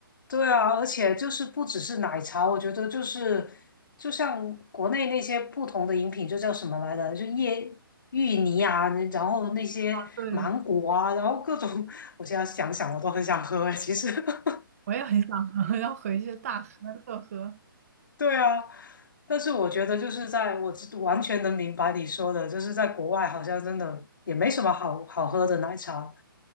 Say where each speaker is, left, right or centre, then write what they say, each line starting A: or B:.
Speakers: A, on the left; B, on the right.
A: 对啊，而且就是不只是奶茶，我觉得就是就像国内那些不同的饮品，就叫什么来的，就椰芋泥啊，然后那些芒果啊，
B: <laughs> 对，
A: 然后各种，<laughs> 我现在想想我都很想喝哎，其实。<laughs>
B: 我也很想喝，要回去大喝特喝。
A: 对啊，但是我觉得就是在我知完全能明白你说的，就是在国外好像真的也没什么好好喝的奶茶。